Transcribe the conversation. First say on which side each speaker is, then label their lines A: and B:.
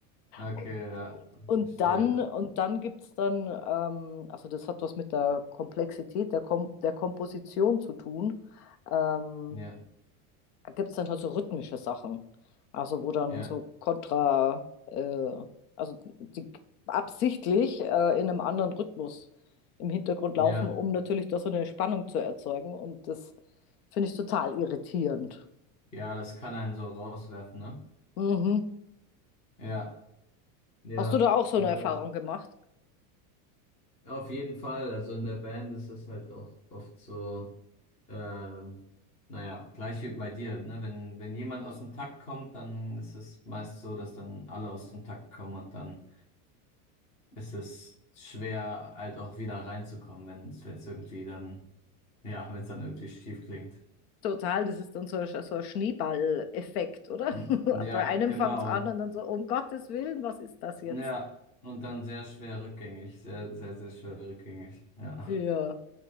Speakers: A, on the left; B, on the left.
A: okay,
B: Und,
A: ja,
B: und
A: verstehe,
B: dann, und dann gibt es dann, ähm, also das hat was mit der Komplexität der, Kom der Komposition zu tun. Ähm,
A: ja,
B: gibt es dann halt so rhythmische Sachen. Also wo dann
A: ja,
B: so kontra, äh, also die absichtlich äh, in einem anderen Rhythmus im Hintergrund laufen,
A: ja,
B: um natürlich da so eine Spannung zu erzeugen. Und das finde ich total irritierend.
A: ja, das kann einen so rauswerfen, ne?
B: Mhm.
A: Ja, ja,
B: Hast du da auch so
A: interessant.
B: eine Erfahrung gemacht?
A: Ja, Auf jeden Fall. Also in der Band ist das halt auch oft so, ähm, naja, gleich wie bei dir, ne? Wenn, wenn jemand aus dem Takt kommt, dann ist es meist so, dass dann alle aus dem Takt kommen und dann ist es schwer, halt auch wieder reinzukommen, wenn es, wenn es irgendwie dann, ja, wenn es dann irgendwie schief klingt.
B: Total, das ist dann so, ein- so ein Schneeball-Effekt, oder?
A: Mm,
B: <laughs>
A: Ja,
B: Bei einem
A: genau.
B: fängt es an
A: Und
B: und dann so, um Gottes Willen, was ist das jetzt?
A: ja, und dann sehr schwer rückgängig. Sehr, sehr, sehr schwer rückgängig. Ja.
B: Ja.